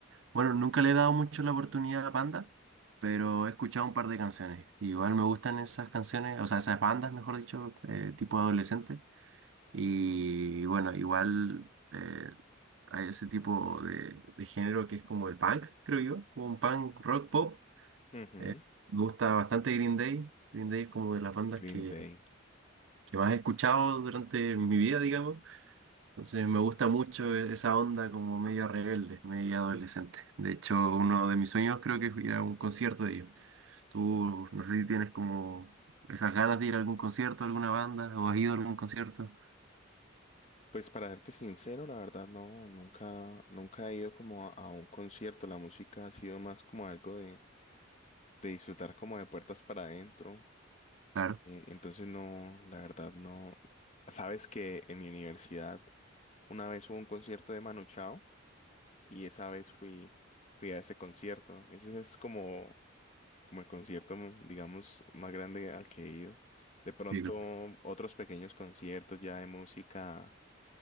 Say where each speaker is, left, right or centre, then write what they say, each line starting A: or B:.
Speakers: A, on the right (about 65°); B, on the left (about 35°).
A: bueno, nunca le he dado mucho la oportunidad a Panda, pero he escuchado un par de canciones. Igual me gustan esas canciones, o sea, esas bandas, mejor dicho, eh, tipo adolescente. Y bueno, igual eh, hay ese tipo de, de género que es como el punk, creo yo, como un punk rock pop.
B: Ujú,
A: Eh, me gusta bastante Green Day. Green Day es como de las bandas
B: Green
A: que,
B: Day.
A: que más he escuchado durante mi vida, digamos. Entonces me gusta mucho e- esa onda como media rebelde, media adolescente. De hecho, uno de mis sueños creo que es ir a un concierto de ellos. Tú, no sé si tienes como esas ganas de ir a algún concierto, alguna banda, o has ido a algún concierto.
B: Pues para serte sincero, la verdad no, nunca, nunca he ido como a, a un concierto. La música ha sido más como algo de, de disfrutar como de puertas para adentro.
A: Claro,
B: Eh, entonces no, la verdad no. Sabes que en mi universidad una vez hubo un concierto de Manu Chao Y esa vez fui, fui a ese concierto. Ese es como, como el concierto, mm, digamos, más grande al que he ido. De pronto,
A: sí, claro.
B: otros pequeños conciertos ya de música,